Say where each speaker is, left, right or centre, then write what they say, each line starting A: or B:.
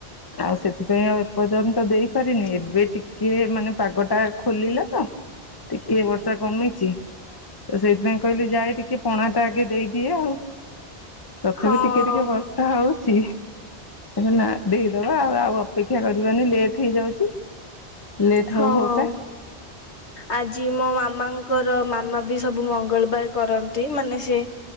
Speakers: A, on the left; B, on the left.
A: ଆଉ ସେଥିପାଇଁ ଆଉ ଏପର୍ଯ୍ୟନ୍ତ ଦେଇପାରିନି ଏବେ ଟିକେ ମାନେ ପାଗ ଟା ଖୋଲିଲା ତ ଟିକେ ବର୍ଷା କମିଚି। ତ ସେଥିପାଇଁ କହିଲି ଯାଏ ଟିକେ ପଣା ଟା ଆଗେ ଦେଇଦିଏ ଆଉ ତଥାପି
B: ହଁ
A: ଟିକେ ଟିକେ ବର୍ଷା ହଉ ଛି ନା ଦେଇଦବା ଆଉ ଆଉ ଅପେକ୍ଷା କରିବନି ଲେଟ୍ ହେଇଯାଉଛି ଲେଟ
B: ହଁ
A: ହଉ ହଉକା
B: ଆଜି ମୋ ମାମାଙ୍କର ମାମା ବି ସବୁ ମଙ୍ଗଳବାର କରନ୍ତି ମାନେ ସେ